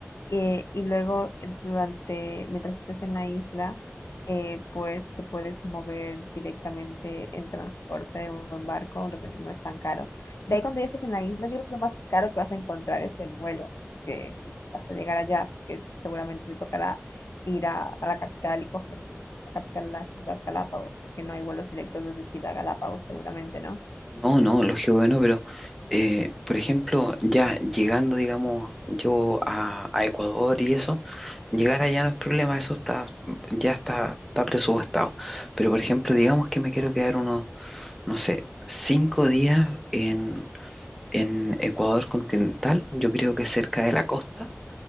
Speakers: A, on the left; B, in the centre.
A: eh, y luego, eh, durante, mientras estés en la isla, eh, pues te puedes mover directamente en transporte o en barco, lo que no es tan caro. De ahí, cuando ya estás en la isla, yo creo que lo más caro que vas a encontrar es el vuelo, que hasta llegar allá, porque seguramente te tocará ir a, a la capital y coger un avión de la capital a las Islas Galápagos, porque no hay vuelos directos desde Chile a Galápagos, seguramente, ¿no?
B: No, no, lógico que no, pero eh, por ejemplo, ya llegando, digamos, yo a, a Ecuador y eso, llegar allá no es problema, eso está, ya está, está presupuestado. Pero por ejemplo, digamos que me quiero quedar unos, no sé, cinco días en, en Ecuador continental, yo creo que cerca de la costa